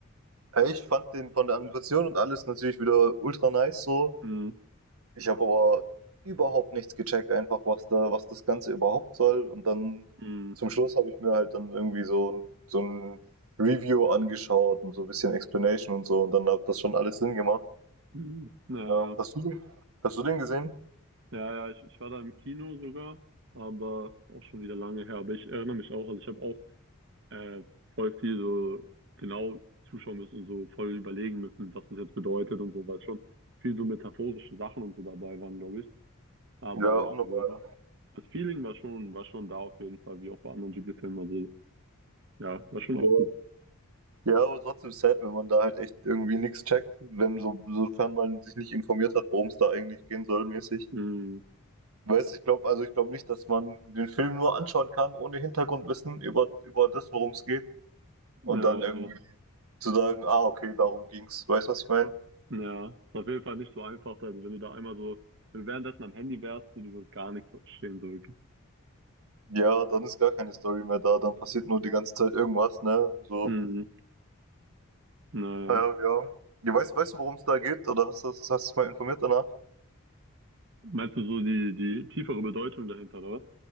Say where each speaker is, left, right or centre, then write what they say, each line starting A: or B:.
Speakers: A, on the right; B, on the right.
A: Ey, ich fand den von der Animation und alles natürlich wieder ultra nice so.
B: Hm.
A: Ich habe aber überhaupt nichts gecheckt, einfach was da, was das Ganze überhaupt soll. Und dann
B: Hm.
A: zum Schluss habe ich mir halt dann irgendwie so, so ein Review angeschaut und so ein bisschen Explanation und so. Und dann hat das schon alles Sinn gemacht.
B: Hm. Ja,
A: Ja, hast du, hast du den gesehen?
B: ja, ja, ich, ich war da im Kino sogar, aber ist auch schon wieder lange her. Aber ich erinnere mich auch, also ich habe auch äh, voll viel so genau zuschauen müssen und so voll überlegen müssen, was das jetzt bedeutet und so, weil schon viel so metaphorische Sachen und so dabei waren, glaube ich. Aber
A: Ja,
B: ja,
A: unnormal.
B: also das Feeling war schon, war schon da auf jeden Fall, wie auch bei anderen Ghibli-Filmen. Also ja, war schon
A: Ja,
B: auch gut.
A: Ja, aber trotzdem sad, wenn man da halt echt irgendwie nichts checkt, wenn so, sofern man sich nicht informiert hat, worum es da eigentlich gehen soll, mäßig.
B: Mhm.
A: Weiß ich glaube, also ich glaube nicht, dass man den Film nur anschauen kann, ohne Hintergrundwissen über, über das, worum es geht.
B: ja,
A: Und dann
B: ja,
A: irgendwie
B: ja.
A: zu sagen, ah, okay, darum ging's. Weißt du, was ich meine?
B: Ja, ist auf jeden Fall nicht so einfach. Also wenn du da einmal so, wenn du währenddessen am Handy wärst, so, du würdest gar nichts verstehen, so wirklich.
A: Ja, dann ist gar keine Story mehr da, dann passiert nur die ganze Zeit irgendwas, ne? So,
B: Mhm. Naja.
A: ah ja, ja. Ja, weißt, weißt du, worum es da geht? Oder hast du hast du dich mal informiert danach?
B: Meinst du so die, die tiefere Bedeutung dahinter, oder? was?